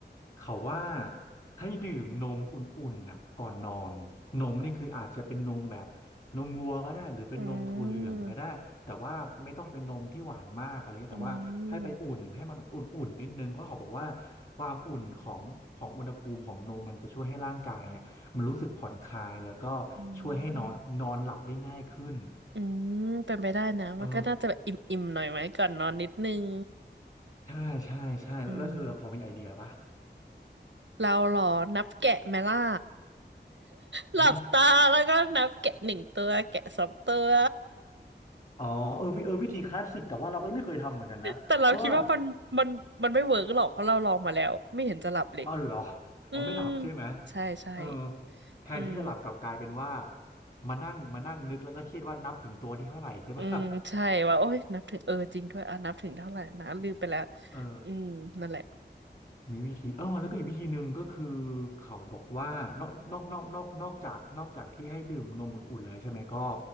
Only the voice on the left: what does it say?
เขาว่าให้ดื่มนมอุ่นๆน่ะก่อนนอนนมนี่คืออาจจะเป็นนมแบบนมวัวก็ได้หรือเป็นนมถั่วเหลืองก็ได้แต่ว่าไม่ต้องเป็นนมที่หวานมากอะไรเงี้ยแต่ว่าให้ไปอุ่นให้มันอุ่นๆนิดนึงเพราะเขาบอกว่า
ความอุ่นของของอุณหภูมิของนมมันจะช่วยให้ร่างกายอ่ะมันรู้สึกผ่อนคลายแล้วก็
ช่วยให้นอนนอนหลับได้ง่ายขึ้น
เออ ใช่ใช่ใช่แล้วแล้วเธอพอมีไอเดียปะ
นับอ๋อเออวิเออวิธีคลาสสิกแต่ว่าเราก็ไม่เคยทำเหมือนกันนะเพราะว่า
เอาเหรอ
อ๋อไม่หลับใช่ไหม
เออแทนที่จะหลับกลับกลายเป็นว่า
มานั่งมานั่งนึกแล้วก็เครียดว่านับถึงตัวที่เท่าไหร่ใช่ปะ
<laughs> เออ
มีวิธีเออแล้วก็อีกวิธีหนึ่งก็คือเขาบอกว่านอกนอกนอกนอกนอกจากนอกจากที่ให้ดื่มนมอุ่นๆแล้วใช่ไหมก็